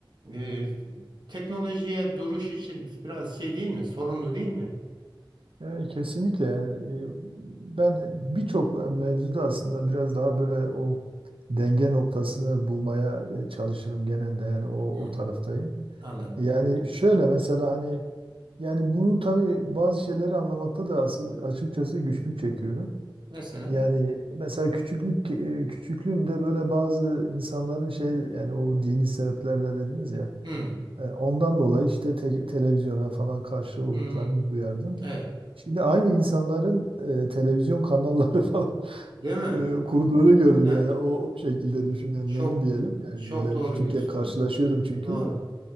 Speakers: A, on the right; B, on the right.
A: e, teknolojiye duruş için biraz şey değil mi? Sorunlu değil mi?
B: Yani kesinlikle yani e, ben birçok mevzuda aslında biraz daha böyle o denge noktasını bulmaya e, çalışırım genelde yani o
A: Hmm.
B: o taraftayım.
A: Anlat.
B: Yani şöyle mesela hani yani bunu tabii bazı şeyleri anlamakta da asıl açıkçası güçlük çekiyorum.
A: Mesela.
B: Yani mesela küçüklük e, küçüklüğümde böyle bazı insanların şey yani o dini sebeplerle dediniz ya
A: Hmm,
B: e, Ondan dolayı işte te- televizyona falan karşı olduklarını
A: hmm,
B: duyardım.
A: evet.
B: Şimdi aynı insanların e, televizyon kanalları <laughs> falan
A: Değil mi?
B: e, kurduğunu gördüm
A: Evet.
B: yani o, o şekilde düşünenlerin
A: Çok
B: diyelim. Yani
A: çok
B: böyle
A: doğru
B: küçükken
A: diyorsunuz.
B: karşılaşıyordum çünkü.
A: Doğru.